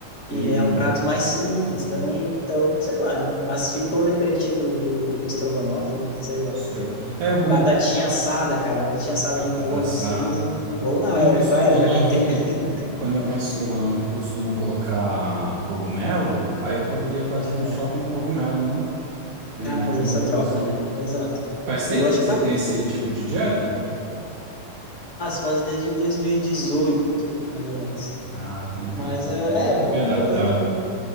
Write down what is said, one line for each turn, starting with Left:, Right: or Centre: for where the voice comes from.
Right: E
Left: E é um prato mais simples também, então, sei lá, né? Mas fica o lembrete do, do, do estrogonofe, né? <laughs> Sei lá.
Right: estrogonofe. É o bom
Left: Batatinha assada, cara, batatinha assada
Right: batata
Left: no forno,
Right: assada.
Left: assim, ou na
Right: E o bom
Left: air
Right: é que o estrogonofe,
Left: fryer, pra quem tem, né?
Right: quando
Left: É.
Right: eu faço estrogonofe, eu costumo colocar cogumelo. Aí eu poderia fazer
Left: Aham.
Right: um só com cogumelo, né? Bem,
Left: Ah, fazer
Right: é uma
Left: essa
Right: boa
Left: troca,
Right: opção.
Left: né? Exato.
Right: Faz
Left: Eu
Right: tempo
Left: gosto
Right: que você
Left: de batata,
Right: tem esse tipo de dieta?
Left: faz desde 2018, mais ou menos.
Right: Ah, tem um tempo.
Left: Mas, é,
Right: Então já tá
Left: é, eu como,
Right: bem adaptado.
Left: eu não,